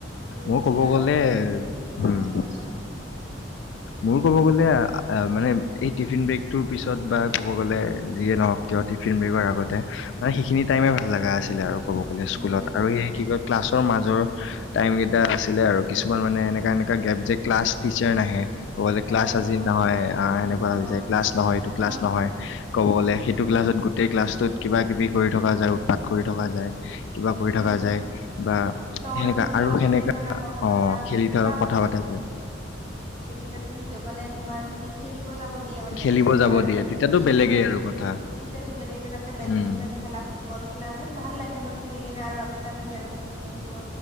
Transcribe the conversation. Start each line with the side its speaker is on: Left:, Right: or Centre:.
Right: দিন
Left: মই
Right: আছিলে
Left: কব
Right: আৰু
Left: গ'লে
Right: অ
Left: উম।
Right: কোৱাচোন
Left: মোৰ ক'ব গ'লে মানে এই টিফিন ব্ৰেকটোৰ পিছত বা ক'ব গ'লে যিয়ে নহওক কিয় টিফিন ব্ৰেকৰ আগতে মানে সেইখিনি টাইমে ভাল লগা আছিলে আৰু। ক'ব গ'লে স্কুলত
Right: উম
Left: আৰু
Right: উম
Left: কি কয় ক্লাছ। মাজৰ টাইম কেইটা আছিলে আৰু কিছুমান মানে এনেকা এনেকোৱা গ্ৰেফ যে ক্লাছ টিচাৰ নাহে। ক'বলে ক্লাছ
Right: নাহে
Left: আজি
Right: অ
Left: নহয় আহ সেনেকোৱা
Right: নহয়
Left: হৈ যায় ক্লাছ নহয় এইটো ক্লাছ
Right: অ
Left: নহয় ক'ব গলে সেইটো ক্লাছত গোটেই ক্লাছটোত কিবা কিবি কৰি থকা যায় উৎপাত কৰি থকা যায়। কিবা কৰি থকা
Right: উম
Left: যায় বা
Right: লগৰ
Left: সেনেকোৱা
Right: খিনিৰ
Left: আৰু
Right: লগত
Left: সেনেকা
Right: খেলি থাকা কথা পাতা
Left: অঁ, খেলি থকা
Right: বা
Left: কথা পতা যায়।
Right: এতিয়া যদি মানে তোমাৰ যদি খেলিব। যাব দিয়ে মানে
Left: খেলিব
Right: তোমাৰ
Left: যাব দিয়ে তেতিয়াতো
Right: ফিল্ডত
Left: বেলেগেই
Right: যদি
Left: আৰু
Right: খেলিব
Left: কথা।
Right: তেতিয়াতো বেলেগে তাতে বেডমিন্টন
Left: উম,
Right: খেলা ফুটবল খেলা মানে ভাল লাগে ন সেনে আৰু আগতে আমি কেৰম খেলিছিলো